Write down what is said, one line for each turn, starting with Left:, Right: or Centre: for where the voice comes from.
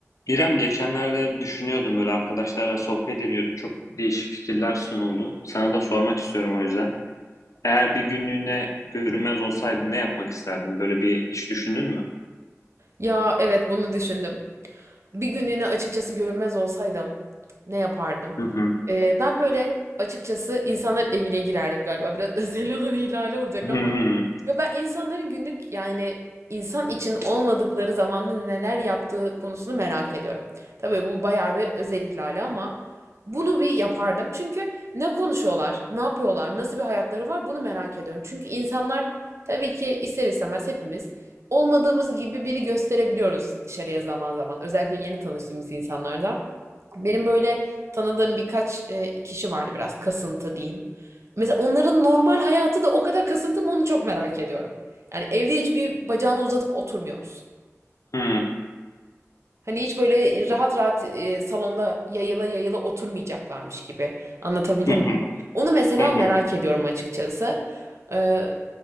Left: İrem geçenlerde düşünüyordum böyle arkadaşlarla sohbet ediyorduk. Çok değişik fikirler sunuldu. Sana da sormak istiyorum o yüzden. Eğer bir günlüğüne görünmez olsaydın ne yapmak isterdin? Böyle bir hiç düşündün mü?
Right: Ya evet bunu düşündüm. Bir günlüğüne açıkçası görünmez olsaydım ne yapardım?
Left: Hı hı.
Right: Ee, ben böyle açıkçası insanların evine girerdim galiba. Biraz <laughs> özel alan ihlali olacak
Left: Hı hı.
Right: ama. Ya ben insanların günlük yani insan için olmadıkları zamanda neler yaptığı konusunu merak ediyorum. Tabii bu bayağı bir özel ihlali ama bunu bir yapardım. Çünkü ne konuşuyorlar, ne yapıyorlar, nasıl bir hayatları var bunu merak ediyorum. Çünkü insanlar tabii ki ister istemez hepimiz olmadığımız gibi biri gösterebiliyoruz dışarıya zaman zaman. Özellikle yeni tanıştığımız insanlardan. Benim böyle tanıdığım birkaç e, kişi vardı biraz kasıntı diyeyim. Mesela onların normal hayatı da o kadar kasıntı mı onu çok merak ediyorum. Yani evde hiçbir bacağını uzatıp oturmuyor musun?
Left: Hı
Right: Hani hiç böyle rahat rahat e, salonda yayıla yayıla oturmayacaklarmış gibi. Anlatabildim
Left: hı.
Right: mi? Onu mesela
Left: Hı hı.
Right: merak ediyorum açıkçası. Ee,